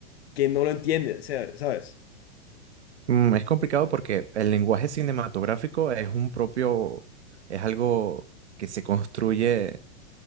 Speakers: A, on the left; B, on the right.
A: que no lo entiende, o sea, ¿sabes?
B: Mm, es complicado porque el lenguaje cinematográfico es un propio, es algo que se construye